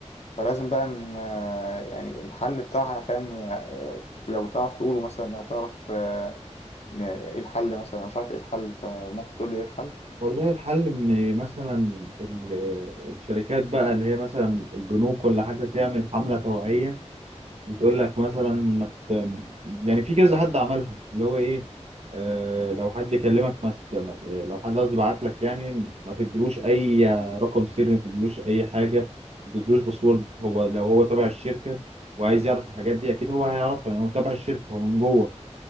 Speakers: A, on the left; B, on the right.
A: فلازم بقى ان آه، يعني الحل بتاعها فاهم آه، لو تعرف تقوله مثلا او تعرف آه، إن ايه الحل مثلا أنا مش عارف ايه الحل فممكن تقول لي ايه الحل
B: والله الحل ان مثلا ال- الشركات بقى اللي هي مثلا البنوك ولا حاجه تعمل حمله توعيه وتقول لك مثلا ما ت- يعني في كذا حد عملها اللي هو ايه آه لو حد كلمك ما ت- ما- لو حد قصدي بعت لك يعني ما تديلوش اي رقم سري ما تديلوش اي حاجه ما تديلوش باسورد هو لو هو تبع الشركه وعايز يعرف الحاجات دي اكيد هو هيعرفها لان هو تبع الشركه هو من جوه